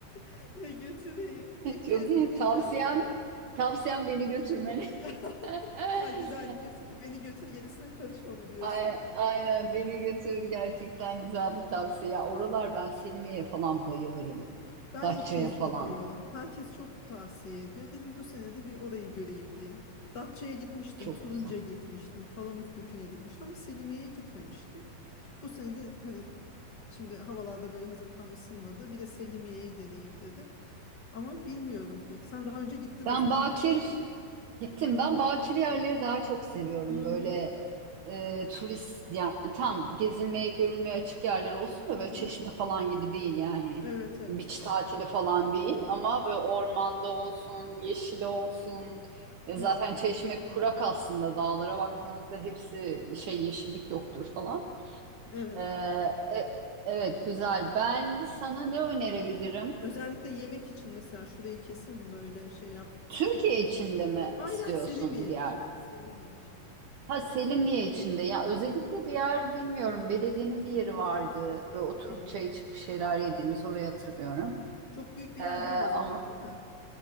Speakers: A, on the left (about 35°); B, on the right (about 65°).
A: <laughs> Götüreyim. İlk kez
B: Çok iyi.
A: gideceğim.
B: Tavsiyem tavsiyem beni götürmeni.
A: <laughs>
B: <laughs>
A: Ha güzel diyorsun ki beni götür gerisine karışma mı diyorsun?
B: Ay- Aynen beni götür gerçekten güzel bir tavsiye. Ya Oralar ben Selimiye'ye falan bayılırım.
A: Ben
B: Datça'ya
A: ilk kez
B: falan.
A: gidiyorum. Herkes çok tavsiye ediyor. Dedim bu sene de bir orayı göreyim diye. Datça'ya gitmiştim,
B: Çok
A: Turunca
B: güzel.
A: gitmiştim, Palamutbükü'ne gitmiştim ama Selimiye'ye gitmemiştim. Bu sene de hani şimdi havalarda böyle hazır tam ısınmadı. Bir de Selimiye'yi deneyeyim dedim. Ama bilmiyorum pek. Sen daha önce gittin
B: Ben
A: o zaman.
B: Bakir gittim. Ben Bakir yerleri daha çok seviyorum.
A: Hı
B: Böyle
A: hı.
B: e, turist yani tam gezilmeye görülmeye açık yerler olsun da
A: Hı
B: böyle Çeşme
A: hı.
B: falan gibi değil yani.
A: Evet, evet.
B: Beach tatili falan değil ama böyle ormanda olsun, yeşil olsun. E,
A: Evet.
B: zaten Çeşme kurak aslında dağlara baktığınızda hepsi şey yeşillik yoktur falan.
A: Evet.
B: E, e, evet güzel. Ben sana ne önerebilirim?
A: Özellikle yemek için mesela şurayı kesin böyle şey yap
B: Türkiye
A: gitmiş.
B: içinde mi
A: Hayır,
B: istiyorsun
A: hayır, Selimiye
B: bir yer?
A: içinde, Selimiye içinde.
B: Ha Selimiye içinde ya özellikle bir yer bilmiyorum belediyenin bir yeri vardı böyle oturup
A: Hı.
B: çay içip bir şeyler yediğimiz orayı hatırlıyorum
A: Çok büyük bir
B: Ee,
A: yer değil o zaman,
B: ama
A: değil mi?